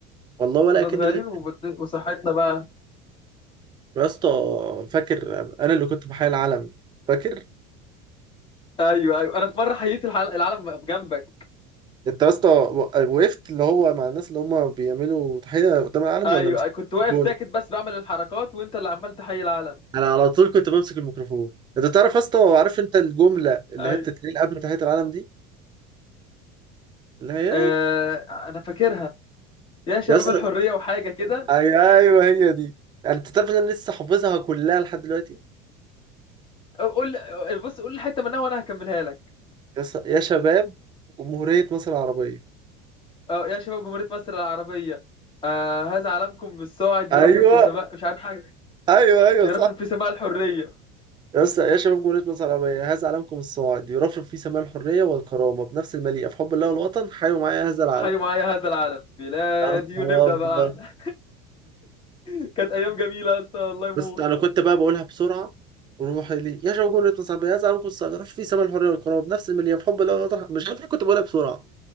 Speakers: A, on the right; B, on the left.
A: والله ولا
B: كنا
A: اكني
B: صغيرين
A: لعبت
B: وبد... وصحتنا بقى
A: يا اسطى فاكر انا اللي كنت بحيي العلم فاكر
B: ايوه ايوه انا في مره حييت الحل... العالم جنبك
A: انت يا اسطى و- وقفت اللي هو مع الناس اللي هم بيعملوا تحيه قدام العلم
B: ايوه
A: ولا مسكت
B: أيوه. كنت واقف
A: الجون
B: ساكت بس بعمل الحركات وانت اللي عمال تحيي العالم
A: انا على طول كنت بمسك الميكروفون انت تعرف يا اسطى عارف انت الجمله اللي
B: ايوه
A: هي بتتقال قبل تحيه العلم دي اللي هي
B: آه... انا فاكرها يا شباب
A: يا اسطى
B: الحريه وحاجه كده
A: أي- ايوه هي دي يعني انت تعرف ان انا لسه حافظها كلها لحد دلوقتي
B: قول بص قول الحته منها وانا هكملها لك
A: يا اسطى- يا شباب جمهوريه مصر العربيه
B: اه يا شباب جمهوريه مصر العربيه آه هذا علمكم بالصاعد
A: ايوه
B: يرفرف في سماء مش عارف حاجه
A: ايوه ايوه
B: يرفرف
A: صح
B: في سماء الحريه
A: يا اسطى يا شباب جمهورية مصر العربية هذا علمكم الصاعد يرفرف فيه سماع الحرية والكرامة بنفس المليئة في حب الله والوطن حيوا معايا هذا العلم
B: حيوا معايا هذا العلم بلادي
A: يا نهار
B: ونبدا
A: أبيض.
B: بقى احنا <laughs> كانت ايام جميله يا اسطى الله يموت
A: بس أنا كنت بقى بقولها بسرعة وروح لي يا شباب جمهورية مصر العربية هذا علمكم الصاعد يرفرف فيه سماع الحرية والكرامة بنفس المليئة في حب الله والوطن مش عارف ليه كنت بقولها بسرعة